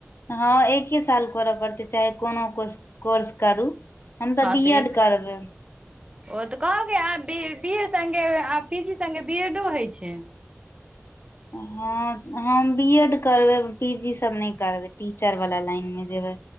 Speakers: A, on the left; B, on the right.
A: हँ एके साल करऽ पड़तै चाहे कोनो को कोर्स करू हम
B: हँ
A: बी
B: तऽ
A: एड
B: एक
A: करबै
B: ओ तऽ कह ग सगे आ पी जी सगे बीएडो होइ छै
A: हँ हम बी एड करबै पी जी सब नय करबै टीचरवला लाइनमे जेबै